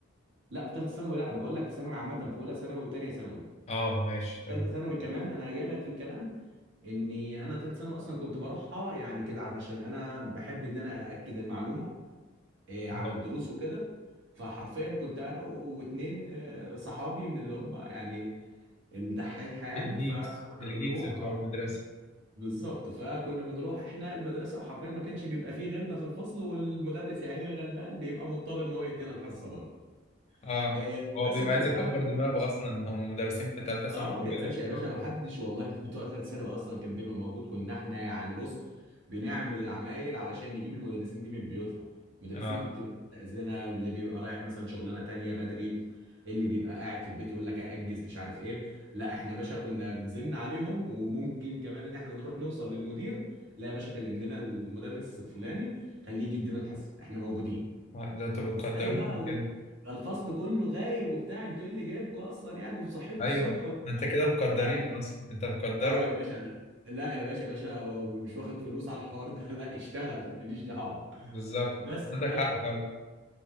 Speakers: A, on the right; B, on the left.
A: لا في ثالثه ثانوي لا انا بقول لك ثانوي عامه في اولى ثانوي وثانيه ثانوي
B: اه ماشي تمام
A: ثالثه ثانوي كمان انا جاي لك في الكلام اني انا ثالثه ثانوي اصلا كنت بروحها يعني كده علشان انا بحب ان انا ااكد المعلومه آه، على
B: آه.
A: الدروس وكده فحرفيا كنت انا و- واتنين آه، صحابي من اللي هم يعني الدحيحه يعني
B: الجيكس
A: فكنا
B: الجيكس
A: بنروح
B: بتوع
A: اه
B: المدرسة
A: بالظبط فكنا بنروح احنا المدرسه وحرفيا ما كانش بيبقى فيه غيرنا في الفصل والمدرس يا عيني الغلبان بيبقى مضطر ان هو يدينا الحصه برضه
B: اه
A: آه،
B: هو
A: بس
B: بيبقى
A: يا باشا
B: عايز
A: فكنت
B: يكبر دماغه
A: بوصل
B: اصلا هم مدرسين في تالتة
A: اه
B: ثانوي بيبقوا
A: يا باشا
B: عايزين يكبروا
A: يا باشا ما
B: دماغهم
A: حدش والله <laughs> بتوع ثلاث ثانوي اصلا كان بيبقى موجود كنا احنا يعني بص بنعمل العمايل علشان نجيب المدرسين دي من بيوتها المدرسين
B: اه
A: دي بتبقى متأذنة اللي بيبقى رايح مثلا شغلانه تانية بدري اللي بيبقى قاعد في البيت يقول لك ااجز مش عارف ايه لا احنا يا باشا كنا بنزن عليهم وممكن كمان ان احنا نروح نوصل للمدير لا يا باشا كلم لنا المدرس الفلاني خليه يجي يدينا الحصه احنا موجودين
B: آه، ده انتوا بتقدروهم
A: ازاي بقى وده
B: كده
A: ده الفصل كله غايب وبتاع انتوا ايه اللي جايبكم اصلا يعني ومصحيكوا
B: ايوه
A: الصبح
B: ده انت كده مقدرين
A: اه
B: اصلا انت مقدره
A: اه يا باشا لا لا يا باشا يا باشا هو مش واخد فلوس على الحوار ده لا اشتغل <laughs> ماليش دعوه
B: بالظبط
A: بس
B: عندك
A: ف
B: حق فعلا